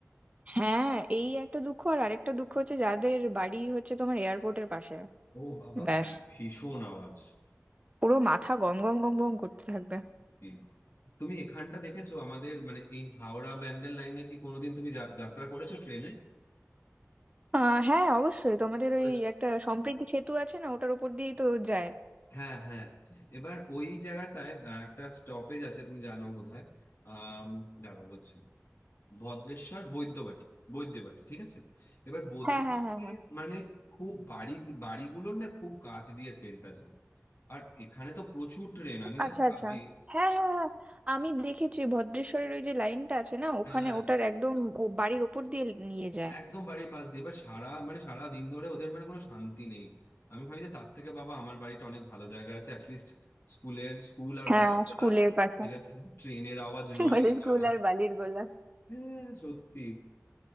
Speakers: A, on the right (about 25°); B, on the left (about 50°).
A: হ্যাঁ এই একটা দুঃখ আর আরেকটা দুঃখ হচ্ছে যাদের বাড়ি হচ্ছে তোমার এয়ারপোর্টের পাশে
B: ও বাবা
A: ব্যাস
B: হ্যাঁ ভীষণ আওয়াজ
A: পুরো মাথা গম গম গম গম করতে থাকবে
B: সত্যি। তুমি এখানটা দেখেছো আমাদের মানে এই হাওড়া ব্যান্ডেল লাইনে কি কোনোদিন তুমি যা- যাত্রা করেছো ট্রেনে
A: আহ হ্যাঁ অবশ্যই তোমাদের
B: করেছো?
A: ওই একটা সম্প্রীতি সেতু আছে না ওটার উপর দিয়েই তো যায়
B: হ্যাঁ হ্যাঁ এবার ওই জায়গাটায় আহ, একটা স্টপেজ আছে তুমি জানো বোধহয় আহ দাঁড়াও বলছি ভদ্রেশ্বর বৈদ্যবাটী বৈদ্যবাটী ঠিক আছে এবার হুম। বৈদ্যবাটীর
A: হ্যাঁ হ্যাঁ হ্যাঁ হ্যাঁ
B: মানে খুব বাড়ি বাড়িগুলোর না খুব কাছ দিয়ে ট্রেনটা যায় আর এখানে তো প্রচুর ট্রেন আমি
A: আচ্ছা
B: জাস্ট ভাবি
A: আচ্ছা হ্যাঁ হ্যাঁ হ্যাঁ আমি দেখেছি ভদ্রেশ্বরের ওই যে লাইনটা আছে না ওখানে
B: হ্যাঁ
A: ওটার একদম ও বাড়ির ওপর দিয়ে নিয়ে যায়
B: একদম বাড়ির পাশ দিয়ে এবার সারা মানে সারা দিন ধরে ওদের মানে কোনো শান্তি নেই আমি ভাবি যে তার থেকে বাবা আমার বাড়িটা অনেক ভালো জায়গা আছে অ্যাটলিস্ট স্কুলের স্কুল আর
A: হ্যাঁ
B: বালির তোলা
A: স্কুলের পাশে
B: ঠিক আছে ট্রেনের আওয়াজ নয়
A: আমাদের
B: এই
A: স্কুল
B: অনেক
A: আর বালির গোলা
B: হ্যাঁ সত্যি